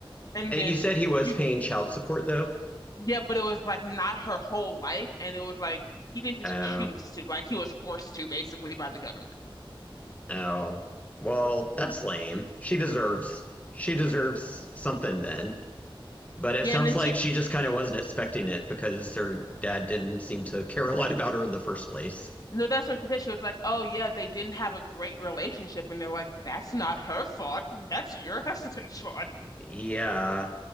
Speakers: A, on the left; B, on the left.
A: and
B: you
A: then
B: said he was
A: you,
B: paying child support though.
A: yeah, but it was like not her whole life, and it was like he didn't just
B: Oh.
A: choose to, like he was forced to basically by the government.
B: Oh, well, that's lame. She deserves she deserves something then. But it
A: Yeah,
B: sounds
A: and then
B: like
A: she
B: she just kind of wasn't expecting it because her dad didn't seem to care a lot about her in the first place.
A: No, that's what she said. She was like, "Oh yeah, they didn't have a great relationship," and they're like, "That's not her fault. That's your <laughs> husband's fault."
B: Yeah.